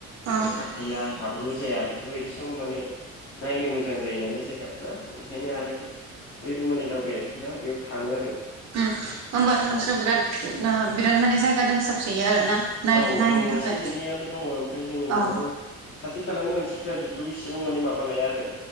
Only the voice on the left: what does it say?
अखा थाया बो जाया बेफोरबायदि सम माने नायनो मोजां जायो नालाय जायगाफ्रा ओंखायनो आरो बयबो माने दावबायारिफ बेयाव थाङो आरो।
औ
औ
दङ
एसे एनैयालाय दङ ओमफ्राय जोङो माने
खाथि- खालानि मानसिफ्रा बेफोरावबो इसेबां माने माबा लाया आरो।